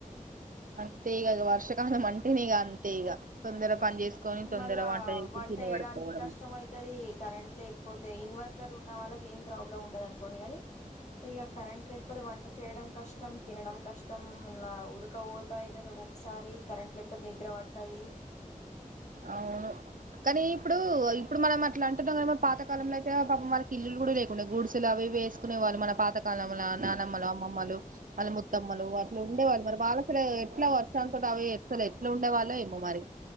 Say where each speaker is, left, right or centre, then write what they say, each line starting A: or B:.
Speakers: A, on the right (about 75°); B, on the left (about 55°).
A: అంతే ఈ వర్షకాలం మంటనిీగా అంతే ఈగ తొందర పని చేసుకొని తొందర
B: మళ్ళా
A: చేసుకొని
B: వంట
A: తిని
B: వేయడానికి
A: పడుకోవడమే
B: కష్టం అవుతది కరెంట్ లే కపోతే ఇన్వర్టర్ ఉన్న వాళ్ళకి ఏం ప్రాబ్లం ఉండదు అనుకోండి గానీ ఇక కరెంట్ లేకపోతే వంట చేయడం కష్టం తినడం కష్టం ఇలా ఉడకపోతా అవుతుంది ఒక్కొక్కసారి కరెంట్ లేకపోతే నిద్ర పట్టంది
A: అవును కానీ ఇప్పుడు ఇప్పుడు మనం అట్లా అంటున్నాం కానీ మరి పాతకాలంలో అయితే పాపం వాళ్ళకి ఇల్లు కూడా లేకుంండే గ గుడిసెలు అవి వేసుకునే వాళ్ళు మన పాతకాలం నానమ్మలు అమ్మమ్మలు వాళ్ళ ముత్తమ్మలు అట్లా ఉండేవాళ్ళు మరి వాళ్ళు అసలు ఎట్లా వర్షాలతోటి అవి అసలు ఎట్లా ఉండే వాళ్ళో ఏమో మరి